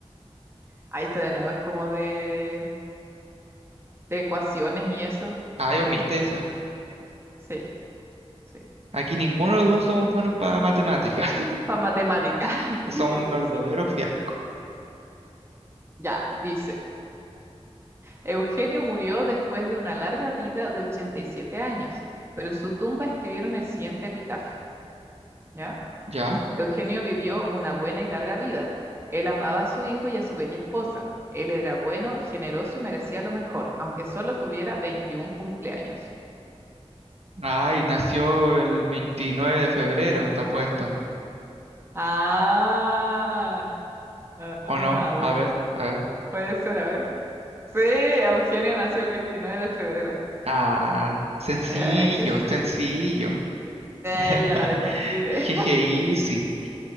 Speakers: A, on the right; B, on the right.
A: Ahí está de nuevo, es como de, de ecuaciones y eso.
B: Ay, omite esa.
A: Sí, sí.
B: Aquí ninguno de los dos somos buenos para matemáticas.
A: Para matemática
B: <laughs> Somos
A: <laughs>
B: un verdadero
A: Sí,
B: fiasco.
A: ya, dice. Eugenio murió después de una larga vida de 87 años, pero en su tumba escribieron el siguiente epitafio, ¿ya?
B: ¿Ya?
A: Eugenio vivió una buena y larga vida. Él amaba a su hijo y a su bella esposa. Él era bueno, generoso y merecía lo mejor, aunque solo tuviera veintiún cumpleaños.
B: Ay, nació el 29 de febrero, está puesto.
A: Ah, ah,
B: ¿O no?
A: a ver,
B: A ver, a ver.
A: puede ser, a ver. Sí, Eugenio nació el 29 de febrero.
B: Ah, sencillo,
A: Eh, qué sé.
B: sencillo.
A: Eh,
B: <laughs>
A: ya la detective.
B: Jeje, easy.